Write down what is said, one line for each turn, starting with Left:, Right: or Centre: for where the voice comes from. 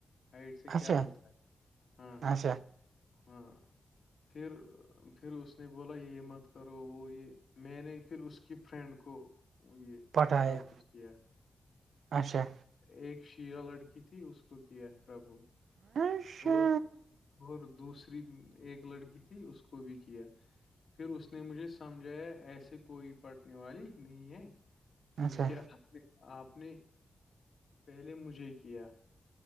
Left: ہائٹ سے
Right: اچھا
Left: کیا ہوتا ہے ہاں
Right: اچھا
Left: ہاں پھر پھر اس نے بولا یہ مت کرو وہ یہ میں نے پھر اس کی فرینڈ کو یہ
Right: پٹایا
Left: پرپوز کیا
Right: اچھا
Left: ایک شیع لڑکی تھی اس کو کیا پربو
Right: اچھا
Left: اور اور دوسرے ری ایک لڑکی تھی اس کو بھی کیا پھر اس نے مجھے سمجھایا ایسے کوئی پٹنے والی نہیں ہے کیونکہ
Right: اچھا
Left: آ نے آپ نے پہلے مجھے کیا